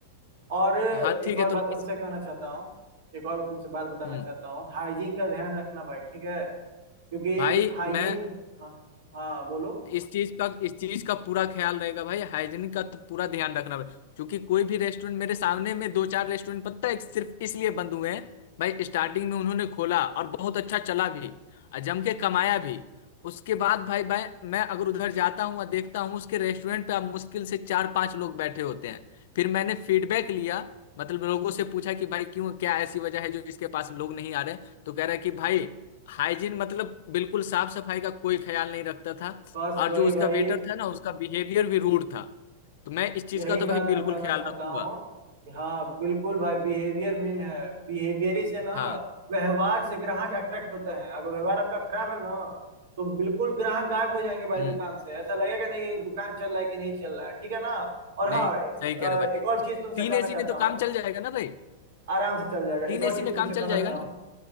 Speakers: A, on the right; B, on the left.
A: और एक
B: हाँ ठीक
A: और
B: है
A: बात
B: तो लाइस-
A: तुमसे कहना चाहता हूँ एक और तुमसे बात बताना
B: हम्म
A: चाहता हूँ हाइजीन का ध्यान रखना भाई ठीक है क्योंकि
B: भाई
A: हाइजीन
B: मैं
A: हाँ हाँ बोलो
B: इस चीज का इस चीज का पूरा ख्याल रहेगा भाई हाइजीन का तो पूरा ध्यान रखना भाई क्योंकि कोई भी रेस्टोरेंट मेरे सामने में दो चार रेस्टोरेंट पता है सिर्फ इसलिए बंद हुए हैं भाई स्टार्टिंग में उन्होंने खोला और बहुत अच्छा चला भी और जम के कमाया भी उसके बाद भाई भाई मैं अगर उधर जाता हूँ और देखता हूँ उसके रेस्टोरेंट पे अब मुश्किल से चार पांच लोग बैठे होते हैं फिर मैंने फीडबैक लिया मतलब लोगों से पूछा कि भाई क्यों क्या ऐसी वजह है जो इसके पास लोग नहीं आ रहे तो कह रहा है कि भाई हाइजीन मतलब बिल्कुल साफ सफाई का कोई ख्याल नहीं रखता था
A: बस
B: और
A: वही
B: जो उसका
A: भाई
B: वेटर था ना उसका बिहेवियर भी रूड था तो मैं इस चीज
A: यही
B: का तो
A: बात
B: भाई बिल्कुल
A: मैं कहना
B: ख्याल
A: चाहता
B: रखूंगा
A: हूँ कि हाँ बिल्कुल भाई बिहेवियर मेन है बिहेवियर ही से ना
B: हाँ
A: व्यवहार से ग्राहक अट्रैक्ट होता है अगर व्यवहार आपका खराब है ना तो बिल्कुल ग्राहक गायब हो जाएंगे भाई
B: हम्म
A: दुकान से ऐसा लगेगा नहीं कि दुकान चल रहा है कि नहीं चल रहा है ठीक है ना और
B: नहीं
A: हाँ अ,
B: सही कह रहे हो भाई
A: एक और चीज तुमसे
B: तीन
A: कहना
B: एसी
A: चाहता
B: में तो
A: हूँ
B: काम चल जाएगा ना भाई
A: आराम से चल जाएगा एक
B: तीन
A: और
B: एसी
A: चीज
B: में
A: तुमसे
B: काम चल
A: कहना
B: जाएगा
A: चाहूँ
B: ना